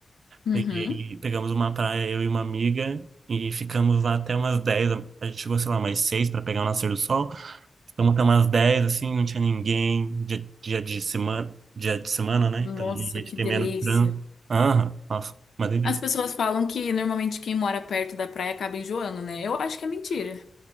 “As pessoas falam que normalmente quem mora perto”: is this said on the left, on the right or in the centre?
Left